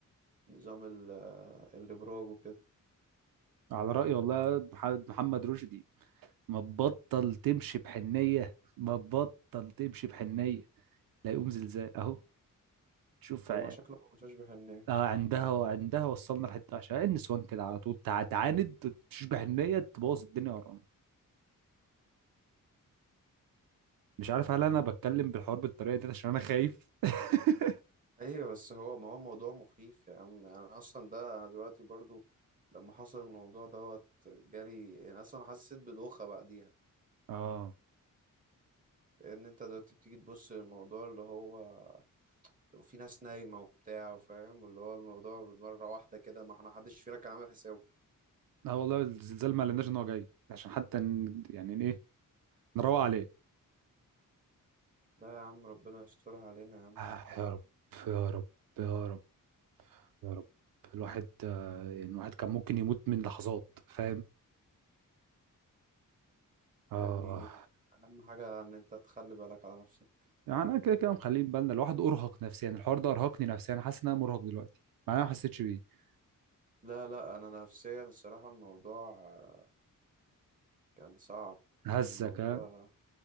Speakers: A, on the right; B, on the right.
A: نظام ال- الابراج وكده
B: على راي والله مح- محمد رشدي ما تبطل تمشي بحنية ما تبطل تمشي بحنية لا يقوم زلزال اهو تشوف
A: هو
B: ع-
A: شكله مش اشبه الناس
B: آه، عندها وعندها وصلنا لحتة عشان النسوان كده على طول تع- تعاند تشوش بحنية تبوظ الدنيا ورانا مش عارف هل انا بتكلم بالحوار بالطريقة دي عشان انا خايف <laughs>
A: ايوه بس هو ما هو موضوع مخيف يا عم يعني انا اصلا ده انا دلوقتي برضو لما حصل الموضوع دوت جالي انا اصلا حسيت بدوخة بعديها
B: اه
A: لان انت دلوقتي بتيجي تبص للموضوع اللي هو وفي ناس نايمة وبتاع وفاهم واللي هو الموضوع مرة واحدة كده ما احنا محدش فينا كان عامل حسابه
B: لا والله الزلزال ما قالناش ان هو جاي عشان حتى ن- يعني ن- ايه نروق عليه
A: لا يا عم ربنا يسترها علينا يا عم
B: آه، يا رب يا رب يا رب يا رب الواحد آه، يعني الواحد كان ممكن يموت من لحظات فاهم اه
A: يعني أهم حاجة إن أنت تخلي بالك على نفسك
B: يعني انا كده كده مخليه بالنا الواحد ارهق نفسيا الحوار ده ارهقني نفسيا حاسس ان انا مرهق دلوقتي مع إن انا ما حسيتش بيه
A: لا لا أنا نفسيا الصراحة الموضوع آه، كان صعب
B: هزك
A: يعني الموضوع
B: ها